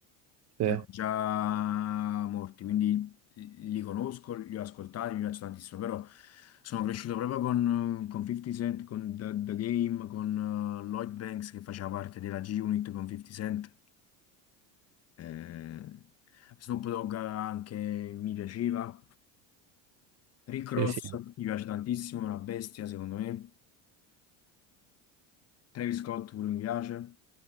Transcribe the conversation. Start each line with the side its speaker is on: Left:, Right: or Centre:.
Right: Sì,
Left: erano già morti, quindi li li conosco, li ho ascoltati, mi piacciono tantissimo, però sono cresciuto proprio con, eh, con 50 Cent, con The, The Game, con eh, Lloyd Banks che faceva parte della G-Unit con 50 Cent, eh, Snoop Dogg anche mi piaceva, Rick Ross
Right: sì, sì.
Left: mi piace tantissimo, è una bestia secondo me, Travis Scott pure mi piace,